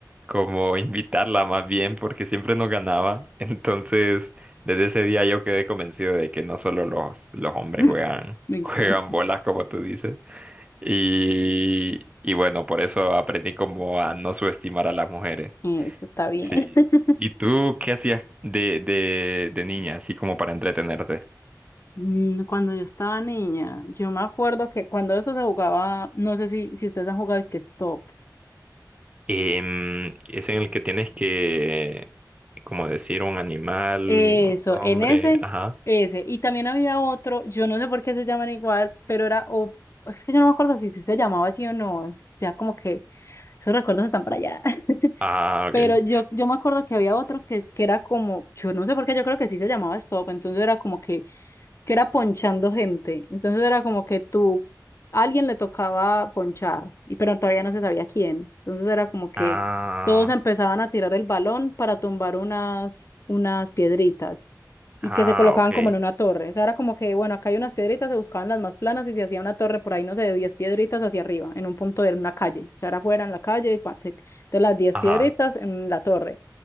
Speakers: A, on the right; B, on the left.
A: como invitarla más bien porque siempre nos ganaba. <laughs> Entonces, desde ese día yo quedé convencido de que no solo los, los hombres
B: <laughs>
A: juegan,
B: Me
A: <laughs>
B: encanta.
A: juegan bolas, como tú dices. Y, y bueno, por eso aprendí como a no subestimar a las mujeres.
B: Eso está bien.
A: Sí.
B: <laughs>
A: ¿Y tú qué hacías de, de, de niña, así como para entretenerte?
B: Mm, Cuando yo estaba niña, yo me acuerdo que cuando eso se jugaba, no sé si, si ustedes han jugado, es que stop.
A: Em, es en el que tienes que, como decir, un animal,
B: Eso,
A: un hombre,
B: en ese,
A: ajá.
B: ese. Y también había otro, yo no sé por qué se llaman igual, pero era, o es que yo no me acuerdo si sí se llamaba así o no. Ya como que esos recuerdos están para allá. <laughs>
A: Ah, ok.
B: Pero yo, yo me acuerdo que había otro que es que era como, yo no sé por qué, yo creo que sí se llamaba Stop, entonces era como que, que era ponchando gente. Entonces era como que tú, a alguien le tocaba ponchar, y pero todavía no se sabía quién. Entonces era como que
A: Ah,
B: todos empezaban a tirar el balón para tumbar unas, unas piedritas y
A: ah,
B: que se colocaban
A: ok.
B: como en una torre. O sea, era como que, bueno, acá hay unas piedritas, se buscaban las más planas y se hacía una torre por ahí, no sé, de 10 piedritas hacia arriba, en un punto de una calle. O sea, era afuera en la calle, y pa, se- de las diez
A: Ajá.
B: piedritas en la torre